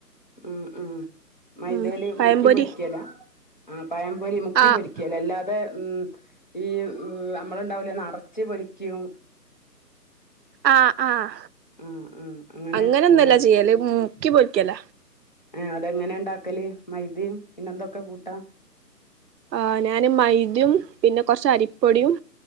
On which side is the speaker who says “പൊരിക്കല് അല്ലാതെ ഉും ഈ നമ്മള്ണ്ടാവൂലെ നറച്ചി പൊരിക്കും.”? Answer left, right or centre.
Left